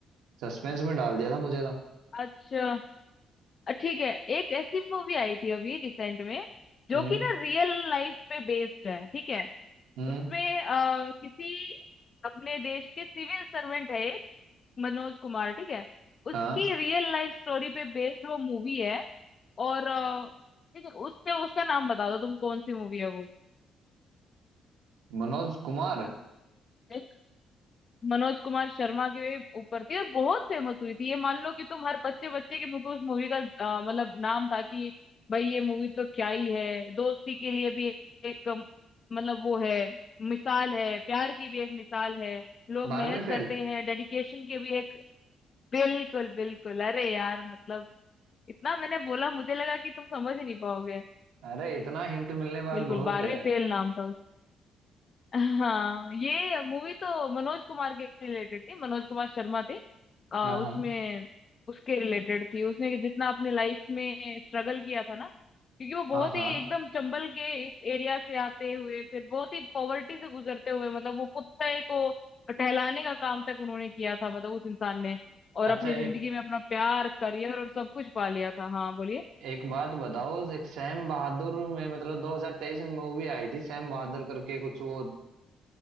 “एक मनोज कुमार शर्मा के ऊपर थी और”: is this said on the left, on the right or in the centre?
Left